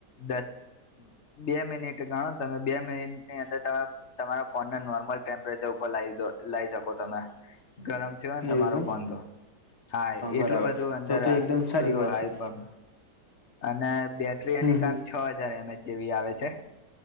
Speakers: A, on the left; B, on the left.
A: દસ બે મિનિટ ગણો ને તમે બે મિનિટ ની અંદર તમે તમારા ફોનને નોર્મલ ટેમ્પરેચર ઉપર લાવ દો લાવ શકો તમે ગરમ જો ને તમારો
B: એવું એમ
A: ફોન તો હા એટલું
B: બરાબર
A: બધું અંદર
B: તો તો એકદમ સારી
A: પેલું
B: વાત
A: હાય
B: છે
A: પણ અને બેટરી
B: હમ
A: અનેની
B: હમ
A: કાંક છ હજાર એમએચ જેવી આવે છે